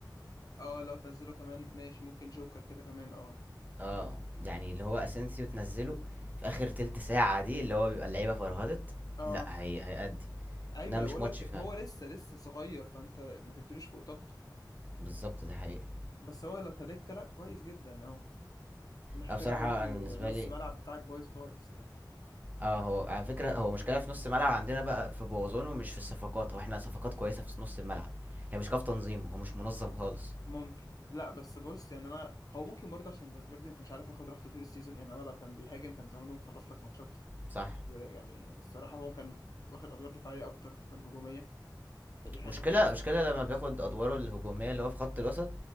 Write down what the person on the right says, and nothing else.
اه يعني اللي هو اسينسيو تنزله في اخر تلت ساعة دي اللي هو بيبقى اللعيبة فرهدت
لا هي هيأدي
ده
مش
ماتش
فعلا
بالظبط دي حقيقة
أنا بصراحة
أنا بالنسبة
لي
اه هو على فكرة هو مشكلة في نص الملعب عندنا بقى في بوظونه مش في الصفقات هو احنا صفقات كويسة في نص الملعب هي مشكلة في تنظيمه هو مش منظم خالص
صح
مشكلة
مشكلة لما بياخد أدواره الهجومية اللي هو في خط الوسط